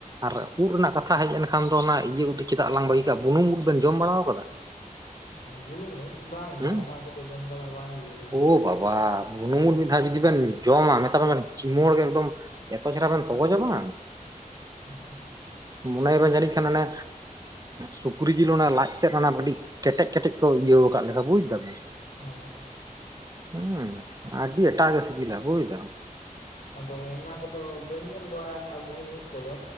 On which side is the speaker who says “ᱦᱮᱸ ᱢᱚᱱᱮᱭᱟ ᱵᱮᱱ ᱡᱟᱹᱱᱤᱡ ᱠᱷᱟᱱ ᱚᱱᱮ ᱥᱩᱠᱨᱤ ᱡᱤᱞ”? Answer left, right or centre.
Right